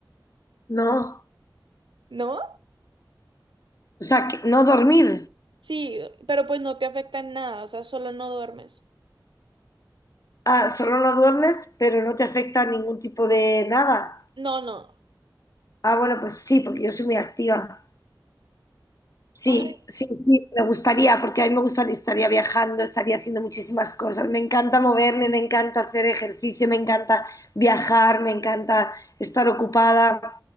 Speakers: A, on the left; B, on the right.
A: no.
B: ¿No?
A: O sea, que no dormir.
B: Sí, pero pues no te afecta en nada, o sea, solo no duermes.
A: Ah, solo no duermes, pero no te afecta ningún tipo de nada.
B: No, no.
A: Ah, bueno, pues sí, porque yo soy muy activa. Sí,
B: Ay,
A: sí, sí, me gustaría, porque a mí me gustaría, estaría viajando, estaría haciendo muchísimas cosas. Me encanta moverme, me encanta hacer ejercicio, me encanta viajar, me encanta estar ocupada,